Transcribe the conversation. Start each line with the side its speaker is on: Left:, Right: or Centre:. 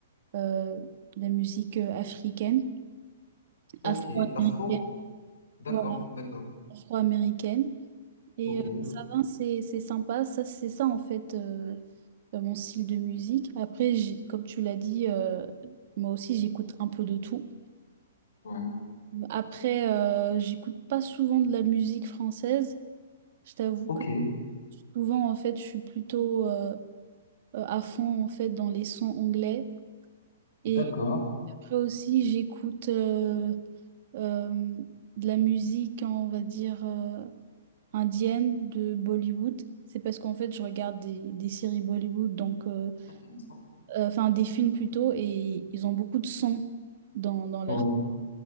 Right: euh, la musique euh, africaine,
Left: Ok,
Right: afro-américaine,
Left: l'afro? D'accord,
Right: voilà,
Left: d'accord.
Right: afro-américaine. Et
Left: Ok,
Right: euh, ça va, c'est c'est sympa, ça, c'est ça en fait euh, euh, mon style de musique. Après, j'ai- comme tu l'as dit, euh, moi aussi j'écoute un peu de tout.
Left: ouais.
Right: Après, euh, j'écoute pas souvent de la musique française. Je t'avoue
Left: Ok,
Right: que souvent, en fait, je suis plutôt euh, euh, à fond en fait dans les sons anglais. Et
Left: d'accord.
Right: après aussi, j'écoute euh, euh, de la musique, hein, on va dire, euh, indienne de Bollywood. C'est parce qu'en fait, je regarde des, des séries Bollywood, donc, euh,
Left: Intéressant.
Right: euh, enfin des films plutôt, et ils ont beaucoup de sons dans, dans leur.
Left: Ouais,